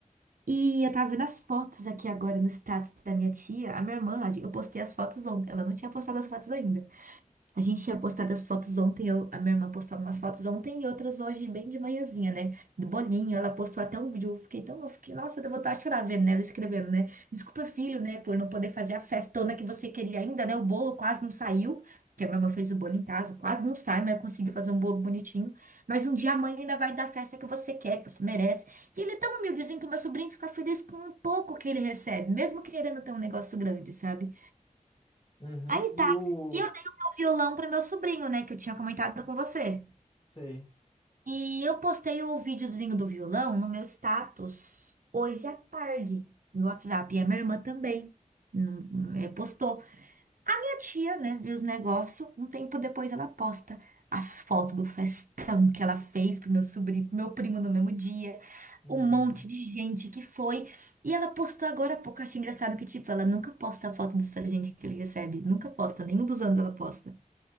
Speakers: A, on the right; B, on the left.
A: E eu tava vendo as fotos aqui agora no status da minha tia. A minha irmã, a gen- eu postei as fotos ontem. Ela não tinha postado as fotos ainda. A gente tinha postado as fotos ontem, eu- a minha irmã postou algumas fotos ontem e outras hoje, bem de manhãzinha, né? Do bolinho, ela postou até um vídeo, eu fiquei tão, eu fiquei, nossa, deu vontade de chorar vendo, né? Ela escrevendo, né? Desculpa, filho, né, por não poder fazer a festona que você queria ainda, né? O bolo quase não saiu, que a minha irmã fez o bolo em casa, quase não sai, mas conseguiu fazer um bolo bonitinho. Mas um dia a mãe ainda vai dar a festa que você quer, que você merece. E ele é tão humildezinho que o meu sobrinho fica feliz com um pouco que ele recebe, mesmo querendo ter um negócio grande, sabe?
B: Uhum.
A: Aí
B: E
A: tá.
B: o.
A: E eu dei o meu violão pro meu sobrinho, né? Que eu tinha comentado com você.
B: Sei.
A: E eu postei o videozinho do violão no meu status hoje à tarde no WhatsApp. E a minha irmã também hum, é, postou. Minha tia, né, viu os negócios. Um tempo depois ela posta as fotos do festão que ela fez pro meu sobrinho, pro meu primo no mesmo dia.
B: Meu
A: Um monte
B: Deus.
A: de gente que foi. E ela postou agora há pouco. Eu Achei engraçado que, tipo, ela nunca posta a foto dos presentes que ele recebe. Nunca posta. Nenhum dos anos ela posta.